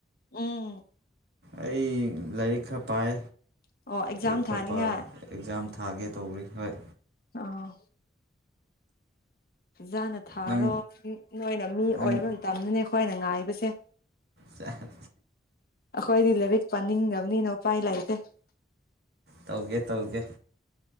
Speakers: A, on the left; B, on the right.
A: ꯎꯝ
B: ꯑꯩ ꯂꯥꯏꯔꯤꯛ ꯈꯔ ꯄꯥꯏ
A: ꯑꯣ ꯑꯦꯛꯖꯥꯝ
B: ꯑꯩ ꯈ
A: ꯊꯥꯅꯤꯡꯉꯥꯏ
B: ꯑꯦꯛꯖꯥꯝ ꯊꯥꯒꯦ ꯇꯧꯔꯤ ꯍꯣꯏ
A: ꯑꯥ ꯐꯖꯥꯅ ꯊꯥꯔꯣ
B: ꯅꯪ
A: ꯅꯣꯏꯅ ꯃꯤ ꯑꯣꯏꯕ
B: ꯅꯪ
A: ꯃꯇꯝ ꯃꯇꯝꯗꯨꯅꯦ ꯑꯩꯈꯣꯏꯅ ꯉꯥꯏꯕꯁꯦ
B: ꯆꯠ
A: ꯑꯩꯈꯣꯏꯗꯤ ꯂꯥꯏꯔꯤꯛ ꯄꯥꯅꯤꯡꯗꯕꯅꯤꯅ ꯎꯄꯥꯏ ꯂꯩꯇꯦ
B: ꯇꯧꯒꯦ ꯇꯧꯒꯦ